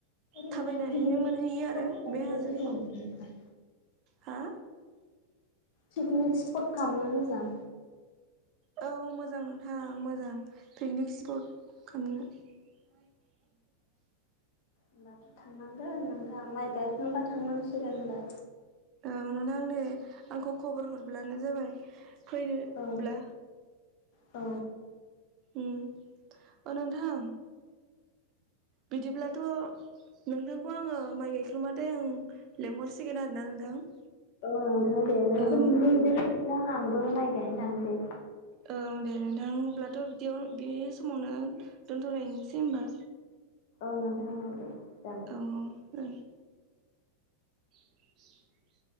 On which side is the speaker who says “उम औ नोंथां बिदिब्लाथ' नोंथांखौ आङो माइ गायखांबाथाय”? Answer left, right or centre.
Right